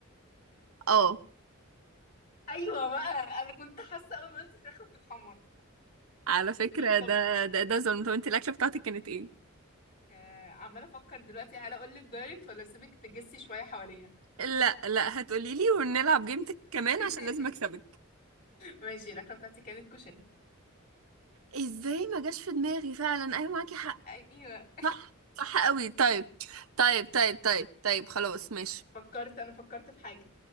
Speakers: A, on the right; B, on the left.
A: اه
B: ايوه بقى انا كنت حاسه اول ما قلت فراخ بتتحمر
A: على فكرة
B: طب
A: ده ده ده ظلم طب انت الأكلة بتاعتك كانت ايه؟
B: آه عمالة أفكر دلوقتي هل أقول لك دايركت ولا أسيبك تجسي شوية حواليها
A: لا لا هتقولي لي ونلعب جيمتك كمان
B: <laughs>
A: عشان لازم أكسبك
B: ماشي الأكلة بتاعتي كانت كشري
A: ازاي ما جاش في دماغي فعلا ايوه معاكي حق
B: أيوه
A: صح صح قوي طيب طيب
B: <laughs>
A: طيب طيب طيب خلاص ماشي
B: فكرت أنا فكرت في حاجة